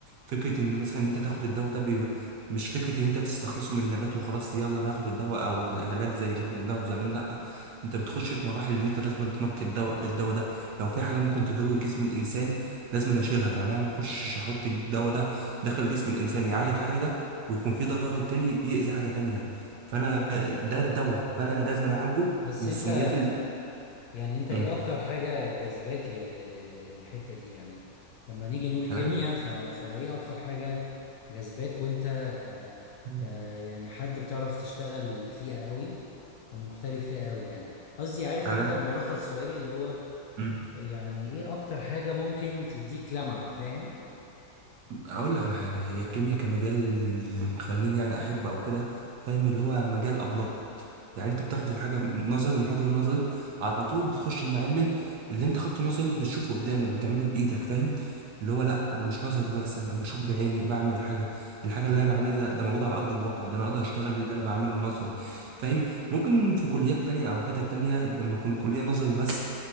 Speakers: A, on the right; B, on the left.
A: فكره ان مثلا انت تاخد الدواء ده بي... مش فكره ان انت تستخلصه من النبات وخلاص يلا ناخد الدواء او علاج زي اللي كنا بناخده زمان لا انت بتخش في مراحل اللي انت لازم تنقي الدواء الدواء ده لو في حاجه ممكن تضر جسم الانسان لازم اشيلها يعني انا ما اخشش احط الدواء ده داخل جسم الانسان يعالج حاجه ويكون في ضرر تاني يأذي حاجة تانية فانا ده الدواء فانا لازم أنا اعالجه
B: بس
A: من السميات
B: انت
A: اللي
B: يعني انت ايه
A: مم.
B: اكتر حاجة جذباك لل... لل... للحتة دي يعني لما نيجي نقول كيمياء
A: انا عارف
B: ف... فايه اكتر حاجة جذباك وانت ك...
A: مم.
B: ك يعني حد بتعرف تشتغل فيها قوي ومحترف فيها قوي يعني قصدي عارف
A: انا
B: انت ملخص سؤالي اللي هو
A: مم.
B: يعني ايه اكتر حاجة ممكن تديك لمعة فاهم
A: اقول لك على حاجه هي الكيمياء كمجال اللي مخليني يعني احب او كده فاهم اللي هو مجال ابلايد يعني انت بتاخد الحاجه نظري ومحاضره نظري على طول بتخش المعامل اللي انت خدته نظري بتشوفه قدامك بتعمله بايدك فاهم اللي هو لا انا مش نظري بس انا بشوف بعيني بعمل حاجه الحاجه اللي انا بعملها ده, ده موجود على ارض الواقع ده انا اقدر اشتغل اللي انا بعمله نظري فاهم ممكن في كليات تانية او حتت تانية لما اكون كليه نظري بس